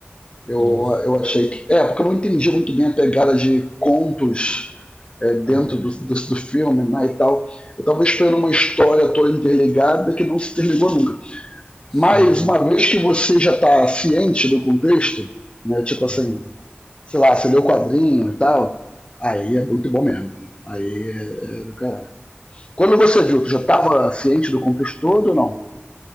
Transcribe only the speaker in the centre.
Tu não gostou?
Aham.
Sim,
tem.
Aham,
sim,
sim.